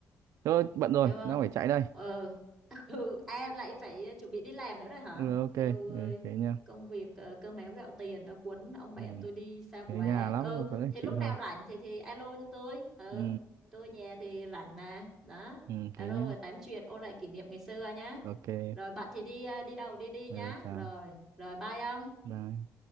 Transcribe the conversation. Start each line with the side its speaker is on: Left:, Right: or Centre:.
Right: thôi bận rồi
Centre: em ơi
Right: đang phải chạy đây
Centre: ừ <laughs> ừ em lại phải ờ, chuẩn bị đi làm nữa rồi hả
Right: ừ, ok
Centre: Eo ơi
Right: ừ, thế nha
Centre: công việc ờ, cơm áo gạo tiền đã cuốn ông bạn
Right: ừ.
Centre: tôi đi xa
Right: ở
Centre: quá
Right: nhà lắm
Centre: ừ
Right: mà vẫn phải
Centre: thì
Right: chịu
Centre: lúc nào
Right: thôi
Centre: rảnh thì thì alo cho tôi ừ
Right: ừ.
Centre: tôi nhà thì rảnh mà đó
Right: ừ
Centre: alo
Right: thế nhá
Centre: rồi tám chuyện ôn lại kỷ niệm ngày xưa nhá
Right: ok
Centre: rồi bạn thì đi ờ, đi đâu đi đi
Right: ừ,
Centre: nhá
Right: chào
Centre: rồi rồi bye ông
Right: bye